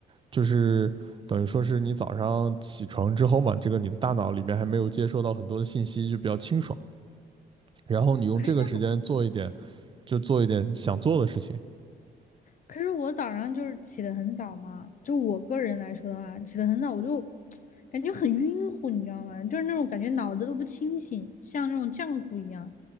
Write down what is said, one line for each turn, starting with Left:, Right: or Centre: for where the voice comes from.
Right: 就是等于说是你早上起床之后嘛，这个你的大脑里面还没有接收到很多的信息，就比较清爽，然后你用这个时间做一点，
Left: 可是我
Right: 就做一点想做的事情，
Left: 可是我早上就是起得很早嘛，就我个人来说的话，起得很早我就感觉很晕乎，你知道吗？就是那种感觉脑子都不清醒，像那种浆糊一样。